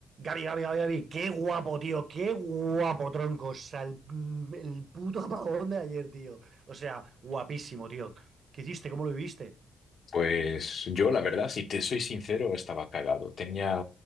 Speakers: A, on the right; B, on the left.
A: Gaby, Gaby, Gaby, Gaby, qué guapo, tío, qué guapo, tronco. O sea, el, el puto apagón de ayer, tío. O sea, guapísimo, tío. ¿Qué hiciste? ¿Cómo lo viviste?
B: Pues yo, la verdad, si te soy sincero, estaba cagado. Tenía,